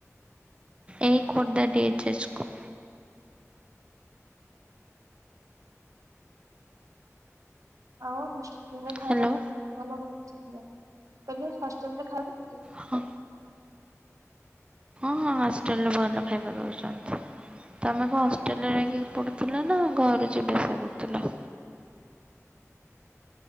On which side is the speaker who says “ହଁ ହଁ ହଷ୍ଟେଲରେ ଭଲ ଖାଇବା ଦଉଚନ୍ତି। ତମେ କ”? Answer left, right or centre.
Right